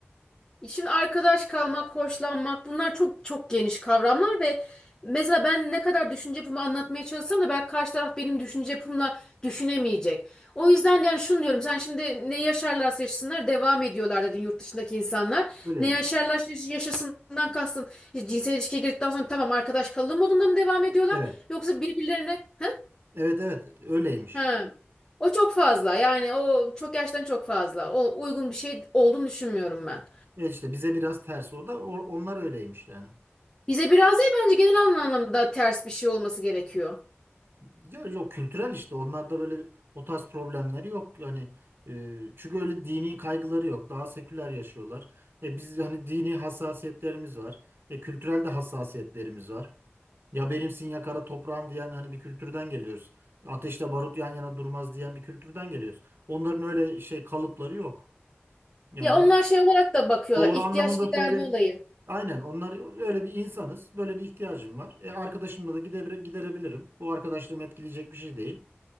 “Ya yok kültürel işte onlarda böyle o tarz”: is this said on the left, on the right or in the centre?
Right